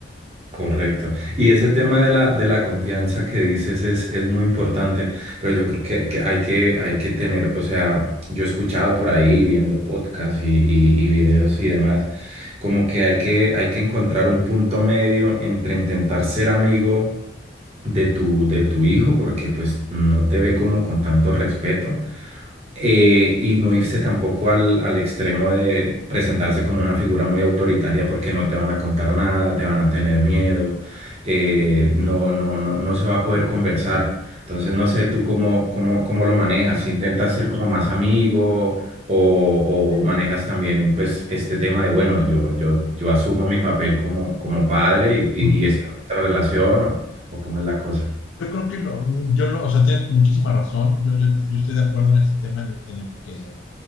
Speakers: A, on the right; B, on the left.
A: Correcto. Y ese tema de la, de la confianza que dices es, es muy importante, pero yo creo que, que hay que hay que tener, o sea, yo he escuchado por ahí viendo podcasts y, y- y videos y demás, como que hay que hay que encontrar un punto medio entre intentar ser amigo de tu, de tu hijo, porque pues no te ve como con tanto respeto eh, y no irse tampoco al, al extremo de presentarse como una figura muy autoritaria porque no te van a contar nada, te van a tener miedo, eh, no, no, no, no se va a poder conversar. Entonces no sé tú cómo, cómo, cómo lo manejas, intentas ser como más amigo o, o manejas también pues este tema de, bueno, yo, yo, yo asumo mi papel como, como padre y, y,
B: Ujú.
A: y esta es nuestra relación o, o cómo es la cosa.
B: Yo creo que lo, yo lo, o sea, tienes muchísima razón. Yo, yo, yo estoy de acuerdo en este tema en, en el que,